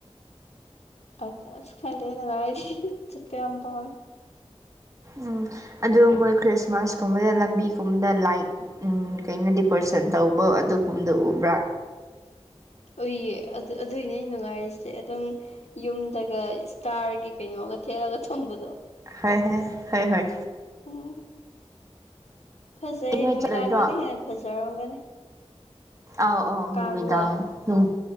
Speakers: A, on the left; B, on the right.
A: ꯑꯁ ꯑꯁ ꯈꯪꯗꯦ ꯅꯨꯡꯉꯥꯏꯔꯗꯤ ꯆꯠꯄ ꯌꯥꯝ ꯄꯥꯝꯃꯦ꯫
B: ꯎꯝ ꯑꯗꯨ ꯃꯣꯏ ꯈ꯭ꯔꯤꯁꯃꯥꯁꯀꯨꯝꯕꯗ ꯂꯝꯕꯤꯒꯨꯝꯕꯗ ꯂꯥꯏꯛ ꯀꯩꯅꯣ ꯗꯤꯄ꯭ꯔꯦꯁꯟ ꯇꯧꯕ ꯑꯗꯨꯒꯨꯝꯕꯗꯣ ꯎꯕ꯭ꯔꯥ
A: ꯎꯏꯌꯦ ꯑꯗꯨ ꯑꯗꯨꯏꯅꯦ ꯑꯩ ꯅꯨꯡꯉꯥꯏꯔꯤꯁꯦ ꯑꯗꯨꯝ ꯌꯨꯝꯗꯒ ꯏꯁꯇꯥꯔꯒꯤ ꯀꯩꯅꯣꯒ ꯊꯦꯠꯂꯒ ꯊꯝꯕꯗꯣ
B: ꯍ ꯍ ꯍ ꯍꯣꯏ
A: ꯑꯣ ꯐꯖꯩꯌꯦ
B: ꯅꯣꯏ
A: ꯅꯨꯃꯤꯗꯥꯡꯗꯅ
B: ꯆꯠꯂꯣꯏꯗ꯭ꯔꯣ
A: ꯍꯦꯟꯅ ꯐꯖꯔꯝꯒꯅꯤ
B: ꯑꯥꯎ ꯑꯧ
A: ꯀꯥꯡꯂꯣ
B: ꯅꯨꯃꯤꯗꯥꯡ ꯅꯨꯡ